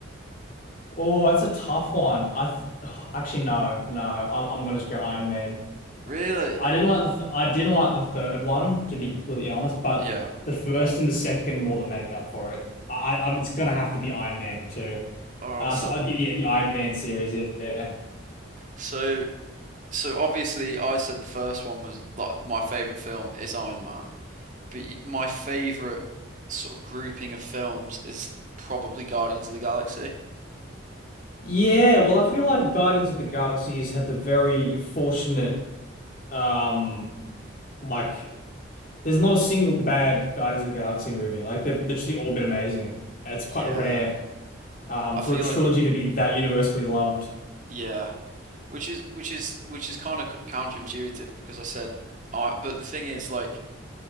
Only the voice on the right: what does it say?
Really?
Yeah.
All
right. So
so so obviously I said the first one was like my favorite film is Iron Man, but my favorite sort of grouping of films is probably Guardians of the Galaxy.
Yeah.
I
feel
like it,
yeah, which is which is which is kind of counterintuitive because I said I but the thing is like